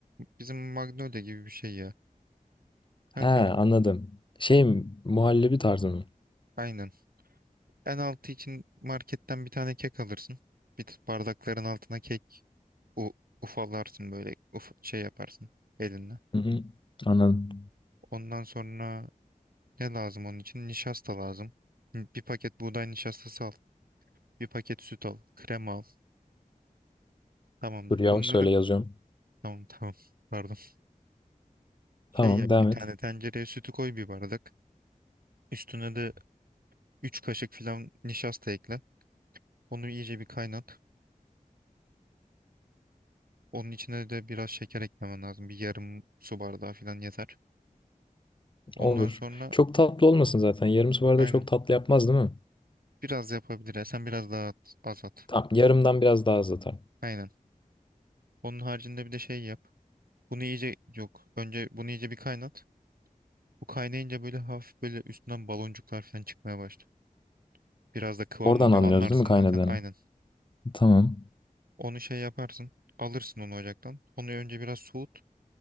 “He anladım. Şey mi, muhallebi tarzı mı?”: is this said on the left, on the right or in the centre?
Left